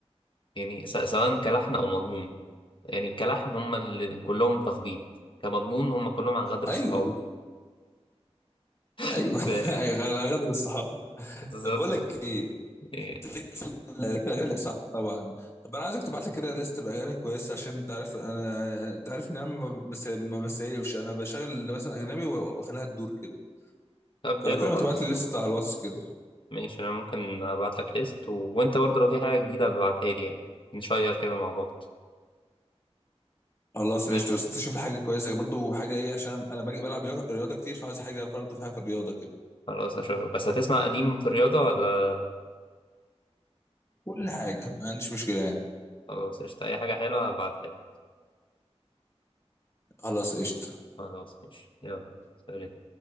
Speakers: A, on the left; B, on the left.
A: يعني س- سواء كلحن أو مضمون يعني كلحن هم اللي كلهم تخبيط كمضمون هم كلهم عن غدر
B: ايوه
A: الصحاب
B: ايوه
A: <laughs>
B: <laughs>
A: ف-
B: ايوه على غدر الصحاب
A: بالظبط
B: طب بقول لك ايه
A: يعني
B: ليك في ال- في الاغاني صح طبعا طب انا عايزك تبعت لي كده ليست باغاني كويسه عشان انت عارف انا انت عارف ان انا ما بس- ما بسيبش انا بشغل مثلا اجنبي واخليها تدور كده
A: طب
B: فلو
A: حلو
B: كده ما
A: خلاص
B: تبعت لي ليست على الواتس كده
A: ماشي انا ممكن ابعت لك ليست و... وانت برضه لو في حاجه جديده ابعتها لي يعني نشير كده مع بعض
B: خلاص
A: ماشي
B: قشطة بس انت شوف لي حاجة كويسة برضو حاجة ايه عشان انا باجي بلعب رياضة رياضة كتير فعايز حاجة برضو فيها في الرياضة كده
A: خلاص اشوفك بس هتسمع قديم في الرياضه ولا
B: كل حاجة ما عنديش مشكلة يعني
A: خلاص قشطة اي حاجه حلوه ابعتها لك
B: خلاص قشطة
A: خلاص ماشي يلا سلام